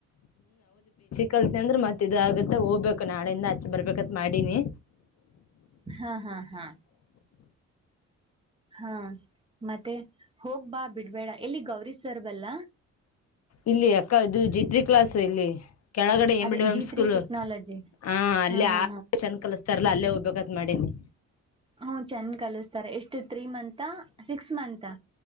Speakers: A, on the left; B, on the right.
A: ಕಲ್ತಿನಿ <unintelligible> ಅಂದ್ರೆ ಮತ್ ಇದ ಆಗತ್ತ ಹೋಗ್ಬೇಕು ನಾಳೆಯಿಂದ ಹಾಚೆ ಬರ್ಬೇಕತ್ ಮಾಡಿನಿ
B: ಹಾ ಹಾ ಹಾ ಹಾ ಮತ್ತೆ ಹೋಗ್ ಬಾ ಬಿಡ್ಬೇಡ ಎಲ್ಲಿ ಗೌರಿ ಸರ್ಬಲ್ಲ
A: ಇಲ್ಲಿ ಅಕ್ಕ ಇದು ಜಿತ್ರಿ ಕ್ಲಾಸ್ ಇಲ್ಲಿ ಕೆಳಗಡೆ ಎ
B: ಅದೇ
A: ಮಿಡಂ
B: ಜಿ
A: <unintelligible> ಸ್ಕೂಲ್
B: ತ್ರಿ ಟೆಕ್ನಾಲಜಿ
A: ಹ ಅಲ್ಲಿ
B: ಹಾ ಹಾ
A: ಆ
B: ಹಾ
A: ಚನಾಗ್ <unintelligible> ಕಲಿಸತಾರಲ್ಲ ಅಲ್ಲೇ <unintelligible> ಮಾಡೀನಿ
B: ಹ್ಮ ಚಂದ ಕಲಸ್ತಾರೆ ಎಷ್ಟು ತ್ರೀ ಮಂತ ಹ <unintelligible> ಸಿಕ್ಸ್ ಮಂತಾ